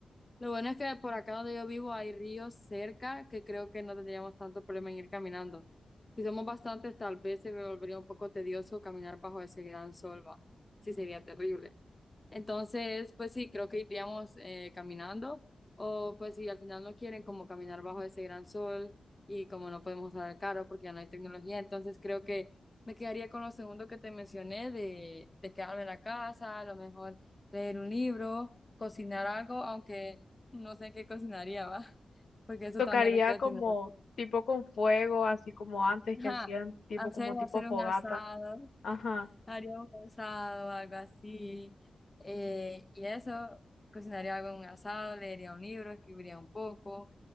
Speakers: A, on the left (about 25°); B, on the left (about 70°).
A: Lo bueno es que por acá donde yo vivo hay ríos cerca que creo que no tendríamos tanto problema en ir caminando. Si somos bastantes, tal vez se volvería un poco tedioso caminar bajo ese gran sol, va. Sí, sería terrible. Entonces, pues sí, creo que iríamos eh, caminando o pues si al final no quieren como caminar bajo ese gran sol y como no podemos usar el carro porque ya no hay tecnología, entonces creo que me quedaría con lo segundo que te mencioné de, de quedarme en la casa, a lo mejor leer un libro, cocinar algo, aunque no sé qué cocinaría, ¿va? <laughs> Porque eso
B: tocaría
A: también requiere
B: como
A: tecnología.
B: tipo con fuego, así como antes que
A: Ajá,
B: hacían tipo
A: hacer,
B: como tipo
A: hacer
B: fogata.
A: un asado.
B: Ajá,
A: Haría un asado, algo así. Eh, y eso, cocinaría algo en un asado, leería un libro, escribiría un poco